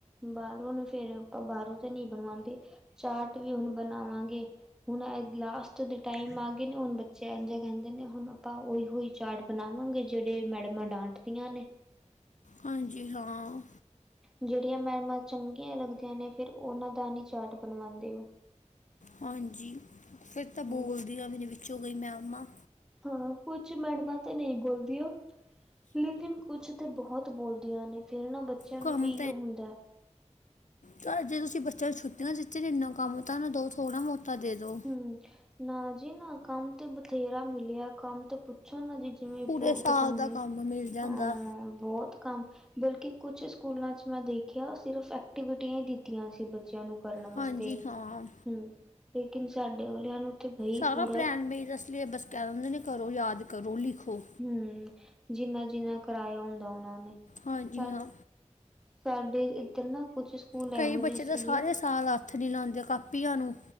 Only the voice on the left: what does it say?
ਹਾਂਜੀ ਹਾਂ।
ਹਾਂਜੀ ਫਿਰ ਤਾਂ ਬੋਹ
ਵਧੀਆ ਵੀ ਨੇ ਵਿੱਚੋਂ ਗਈ ਮੈਂਮਾ
ਕੰਮ
ਚ ਜੇ ਤੁਸੀਂ ਬੱਚਿਆਂ ਨੂੰ ਛੱਟਿਆਂ ਦਿਤੀ ਨੇ ਇੰਨਾ ਕੰਮ ਤਾਂ ਨਾ ਦੋ ਥੋੜਾ ਬੋਤਾ ਦੇ ਦੋ।
ਪੂਰੇ
ਸਾਲ
ਦਾ ਕੰਮ ਮਿਲ ਜਾਂਦਾ
ਹਾਂਜੀ ਹਾਂ
ਸਾਰਾ
ਪ੍ਰੈਨ <unintelligible> ਯਾਦ ਕਰੋ ਲਿਖੋ।
ਹਾਂਜੀ,
ਹਾਂ।
ਕਈ
ਬੱਚੇ ਤਾਂ
ਸਾਰੇ ਸਾਲ ਹੱਥ ਨਹੀਂ ਲਾਂਦੇ ਕਾਪੀਆਂ ਨੂੰ